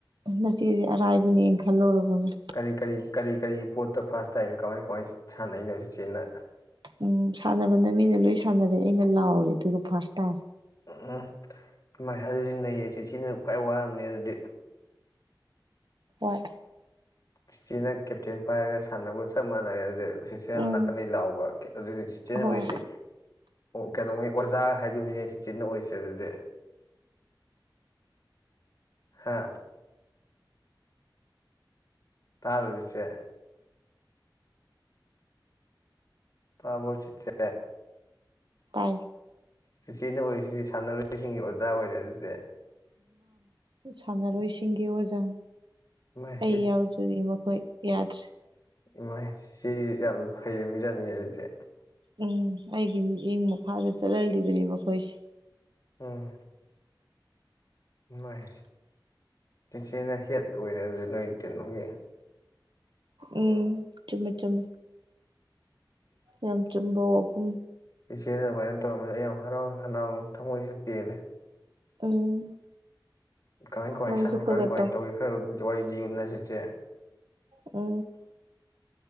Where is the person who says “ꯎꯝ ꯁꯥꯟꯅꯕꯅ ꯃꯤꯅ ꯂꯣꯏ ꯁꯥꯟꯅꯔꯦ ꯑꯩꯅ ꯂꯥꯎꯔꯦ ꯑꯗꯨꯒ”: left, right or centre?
Right